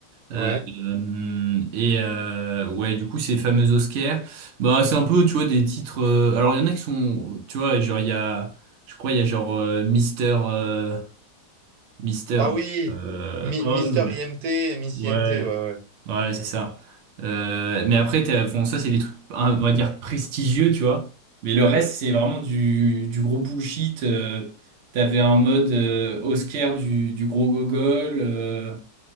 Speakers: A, on the right (about 85°); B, on the right (about 65°).
A: Euh,
B: Ouais.
A: euh, et euh, ouais, du coup ces fameux Oscars, bah c'est un peu tu vois des titres. euh, alors il y en a qui sont, tu vois, genre il y a, je crois il y a genre euh, Mister euh, Mister
B: Ah oui,
A: euh,
B: Mi-
A: Homme,
B: Mister IMT, et Miss
A: ouais.
B: IMT, ouais, ouais.
A: Ouais, c'est ça. Euh, mais après, t'as- bon, ça, c'est des trucs, hein, on va dire, prestigieux, tu vois. Mais le reste, c'est vraiment du, du gros bullshit. euh, t'avais un mode euh, Oscar du, du gros gogol. Euh,